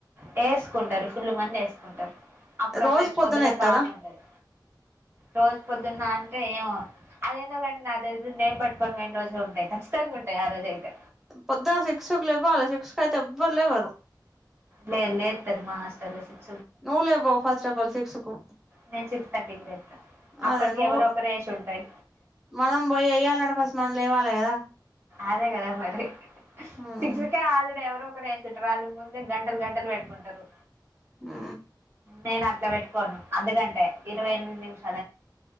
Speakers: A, on the right; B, in the centre.
A: వేసుకుంటారు ఫుల్ మంది వేసుకుంటారు అప్పుడప్పుడయితే
B: రోజు పొద్దున
A: పొద్దున్న
B: ఎత్తరా
A: ఖాళీ ఉండదు రోజ పొద్దున నా ఏమో అదేందో కాని నా దగ్గర నేం పట్టుకొని పోయిన రోజులు ఉంటాయి ఖచ్చితంగా ఉంటాయి ఆ రోజు అయితే
B: పొద్దున శిక్షకులు ఇవ్వాలి శిక్షకు అయితే ఎవ్వరు లేవ్వరు
A: లేే లే ఇ తర్మా అస్ అలా సిక్
B: నువ్వులే ఫస్ట్ ఆఫ ఆల్ సిక్స్కు
A: నేను సిక్స్ థర్టీకి లేత్తా అప్పటికి
B: అదే నువ్వు
A: ఎవరో ఒకరు వేసి ఉంటాయి
B: మనం పోయి ఎయ్యలంట ఫస్ మన లేవాలా కదా
A: అదే కదా మరి
B: మ్మ్
A: సిక్స్కే ఆడే ఎవరు క్క వేస్తుంటారు వాళ్ళ ముందే గంటలు గంటలు పెట్టుకుంటారు
B: ఉ
A: నేను అట్ల పెట్టుకోను అందుకంటే ఇరవై ఎనిమిది నిమిష